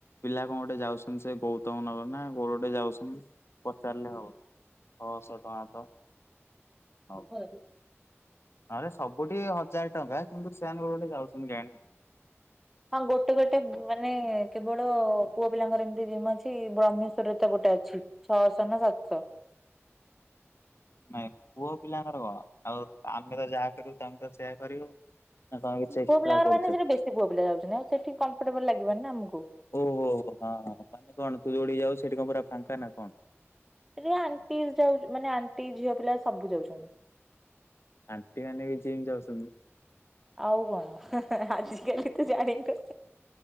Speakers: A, on the left; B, in the centre.
A: ପିଲା କଣ ଗୋଟେ ଯାଉଛନ୍ତି ସେ ଗୌତମ ନଗର ନା କୋଉଠେ ଗୋଟେ ଯାଉଛନ୍ତି ପଚାରିଲେ ହେବ ଛଅଶହ ଟଙ୍କା ତ ହଉ
B: ହ
A: ଆରେ ସବୁଠି ହଜାର ଟଙ୍କା କିନ୍ତୁ ସେମାନେ ଗୋଟେ ଗୋଟେ ଯାଉଛନ୍ତି କେଜାଣି
B: ହଁ ଗୋଟେ ଗୋଟେ ମାନେ କେବଳ ପୁଅ ପିଲାଙ୍କର ଏମିତି ଜିମ୍ ଅଛି ବ୍ରହ୍ମେଶ୍ଵରରେ ତ ଗୋଟେ ଅଛି ଛଅଶହ ନା ସାତଶହ
A: ନାଇଁ ପୁଅ ପିଲାଙ୍କର କଣ ଆଉ ଆମେ ତ ଯାହା କରିବୁ ତମେ ତ ସେୟଆ କରିବୁ ନା ତମେ କିଛି ଏକ୍ସଟ୍ରା
B: ପୁଅ ପିଲାଙ୍କର
A: କରୁଛ
B: ମାନେ ସେଠି ବେଶୀ ପୁଅ ପିଲା ଯାଉଛନ୍ତି ଆଉ ସେଠି କମ୍ଫୋରଟବଲ ଲାଗିବ ନା ଆମକୁ
A: ଓହୋ ହୋ ହଁ ମାନେ କଣ ତୁ ଯୋଉଠି ଯାଉ ସେଠି କଣ ପୁରା ଫାଙ୍କା ନା କଣ?
B: ଏ ଆଣ୍ଟି ଯାଉ ମାନେ ଆଣ୍ଟି ଝିଅ ପିଲା ସବୁ ଯାଉଛନ୍ତି।
A: ଆଣ୍ଟି ମାନେ ବି ଜିମ ଯାଉଛନ୍ତି?
B: ଆଉ କଣ ଆଜିକାଲି ତୁ ଜାଣିନୁ।